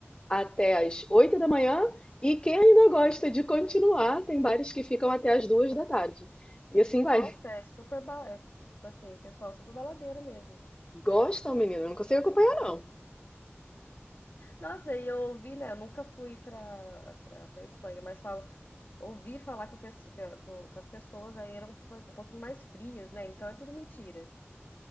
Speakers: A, on the left (about 25°); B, on the left (about 50°).
A: até as 8 da manhã, e quem ainda gosta de continuar, tem bares que ficam até as 2 da tarde. E assim vai.
B: Nossa, é super ba... é, tipo assim, o pessoal super baladeiro mesmo.
A: Gostam, menino? Eu não consigo acompanhar, não.
B: Nossa, e eu ouvi, né? Eu nunca fui pra, pra, pra Espanha, mas falo, ouvi falar que, o pesso- que a- que o- que as pessoas aí eram um pouquinho mais frias, né? Então é tudo mentira.